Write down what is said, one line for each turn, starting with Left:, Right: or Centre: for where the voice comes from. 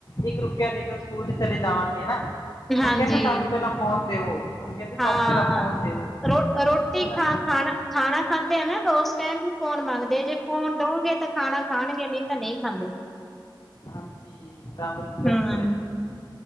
Left: ਇੱਕ ਰੁਪਆ ਦੇ ਦੋ ਸਕੂਲ ਚਲੇ ਜਾਵਾਂਗੇ ਹਨਾ
Centre: ਹਾਂਜੀ।
Left: ਹੁਣ ਕਹਿੰਦੇ ਸਾਨੂੰ ਪਹਿਲਾਂ ਫੋਨ ਦੇਓ ਹੁਣ ਕਹਿੰਦੇ ਸਾਨੂੰ
Centre: ਹਾਂ।
Left: ਪਹਿਲਾਂ ਫੋਨ ਦੇਓ
Centre: ਰੋ ਰੋਟੀ
Left: ਹਨਾ
Centre: ਖਾ ਖਾਣਾ ਖਾਣਾ ਖਾਂਦੇ ਆ ਨਾ ਉਸ ਟੈਮ ਵੀ ਫ਼ੋਨ ਮੰਗਦੇ ਜੇ ਫੋਨ ਦੋਓਗੇ ਤਾਂ ਖਾਣਾ ਖਾਣਗੇ ਨਹੀਂ ਤਾਂ ਨਹੀਂ ਖਾਂਦੇ
Left: ਹਾਂਜੀ ਤਾਂ ਬ ਬਸ
Centre: ਹੂੰ।